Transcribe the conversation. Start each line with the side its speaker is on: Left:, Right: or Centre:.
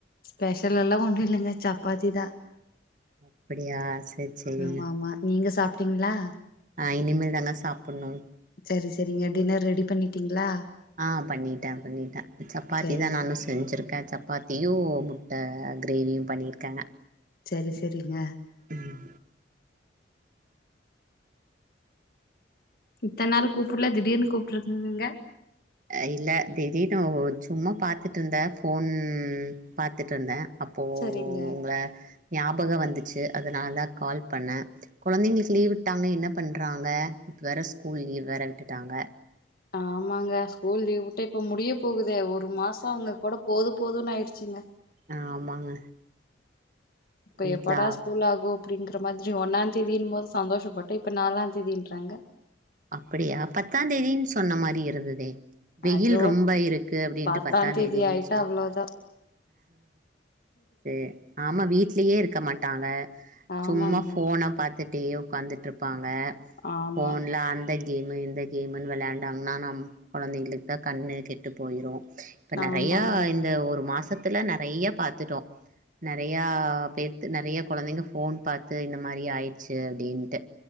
Left: ஸ்பெஷல் எல்லாம் ஒண்ணும் இல்லைங்க சப்பாத்தி தான்
Right: அப்படியா செரி செரி
Left: ஆமா
Right: உம்
Left: ஆமா நீங்க சாப்ட்டீங்களா
Right: நா இனிமேல் தாங்க சாப்டணும்
Left: சரி சரிங்க டின்னர் ரெடி பண்ணிட்டீங்களா
Right: ஆஹ் பண்ணிட்டேன் பண்ணிட்டேன் சப்பாத்தி
Left: சரி
Right: தான்
Left: சரி
Right: நானும் செஞ்சிருக்கேன் சப்பாத்தி யும் முட்ட கிரேவியும் பண்ணியிருக்கேங்க
Left: சரி சரிங்க
Right: உம்
Left: இத்தனாள் கூப்புல திடீர்னு கூப்பு ட்ருக்கங்க
Right: அ இல்ல திலீப் னு சும்மா பாத்துட்டுருந்தேன் ஃபோன் பாத்துட்டு்ருந்தேன் அப்போ
Left: சரிங்க
Right: உங்கள ஞாபகம் வந்து சே அதனால கால் பண்ணே குழந்தைங்களுக்கு லீவ் விட்டாங்க என்ன பண்றாங்க இப்ப வேற ஸ்கூல் லீவ் வேற விட்டுட்டாங்க
Left: ஆமாங்க ஸ்கூல் லீவ் விட்டே இப்ப முடிய போகுதே ஒ ரு மாசம் அவங்க கூட போதும் போதுன் ஆயிடுச்சிங்க
Right: ஆஹ் ஆமாங்க
Left: இப்ப
Right: வீட்ல
Left: எப்படா ஸ்கூல் ஆகும் அப்டிங்கிற மாரி ஒன்னா தேதின்னு போது சந்தோஷப்பட்டே இப்ப நாலாம் தேதின்றாங்க
Right: அப்டியா பத்தாம் தேதினு சொன்ன மாரி இருந்ததே வெயில்
Left: ஐயோ
Right: ரொம்ப இருக்கு அப்டின்ட்டு
Left: பத்தாந்
Right: பத்தா
Left: தேதி
Right: தேதினு
Left: ஆயிட்டா
Right: சொல்
Left: அவ்ளோதா
Right: செர் ஆமா வீட்லயே இருக்க மாட் டாங்க
Left: ஆமாங்க
Right: சும்மா ஃபோன பாத்து ட்டே உக்காந்துட்டு இருப்பாஙக ங்க
Left: ஆமா
Right: ஃபோன்ல அந்த கேமு இந்த கேமுன்னு விளையாண்டாங்கன்னா நம் குழந்தைங்களுக்கு தான் கண்ணு கெட்டு போயிடும் இப்ப நெறைய
Left: ஆமாங்க
Right: இந்த ஒரு மாசத் துல நெறைய பாத்துட்டோம் நெறையா பேத் நெறைய குழந்தைங்க ஃபோன் பாத்து இந்த மாரி ஆயிடுச்சு அப்டின்ட்டு